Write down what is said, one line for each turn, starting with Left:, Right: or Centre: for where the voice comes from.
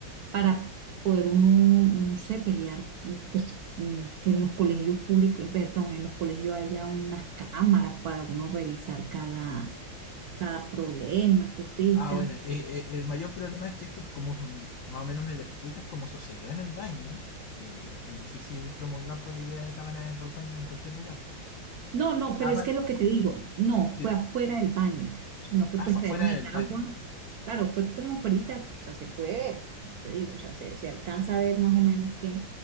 Right: para poder uno, no sé, pelear, pues mm, que en los colegios públicos, perdón, en los colegios haya unas cámaras para uno revisar cada, cada problema que exista.
Left: Ah, bueno, eh, eh, el mayor problema es que esto es como, mm, más o menos me lo explicas, como sucedió en el baño. eh, es difícil promulgar por la idea de cámaras en los baños en cualquier lugar.
Right: No, no, pero
Left: Aparte,
Right: es que lo que te digo, no, fue
Left: dime,
Right: afuera del baño, sino que
Left: ah,
Right: pues
Left: fue
Right: trajeron
Left: afuera
Right: el
Left: del baño.
Right: agua. Claro, fue como fuerita, o sea, se puede ver, como te digo, o sea, se, se alcanza a ver más o menos que,